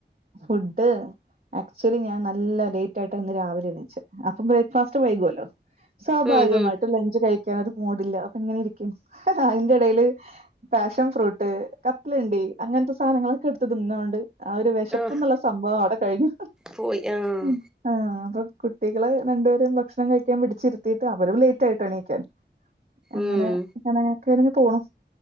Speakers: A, on the right; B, in the centre.
A: ഫുഡ് ആക്ച്വലി ഞാൻ നല്ല ലേറ്റായിട്ടാ ഇന്ന് രാവിലെ എഴുന്നേച്ചെ അപ്പൊ ബ്രേക്ക്ഫാസ്റ്റ് വൈകുവല്ലോ. സൗഭാഗ്യമായിട്ട്
B: ഉം ഹും
A: ലഞ്ച് കൈ <unintelligible> മൂടില്ല അപ്പിങ്ങിനിരിക്കും അതിന്റെ എടേല് പാഷൻ ഫ്രൂട്ട്, കപ്പലണ്ടി അങ്ങനത്ത സാധനങ്ങളൊക്കെ എടുത്ത് തിന്നൊണ്ട് ആ ഒരു വേ ഇപ്പന്നുള്ള
B: ആഹ്
A: സംഭവം അവിടെ കഴിഞ്ഞു
B: പോയി ആഹ്
A: ഉം ആ അതൊ കുട്ടികള് രണ്ടുപേരേം ഭക്ഷണം കഴിക്കാൻ പിടിച്ചിരുത്തീട്ട് അവരും ലേറ്റ് ആയിട്ടാ എണീക്കാൻ. അങ്ങന
B: ഉം
A: <unintelligible> <unintelligible> പോണം.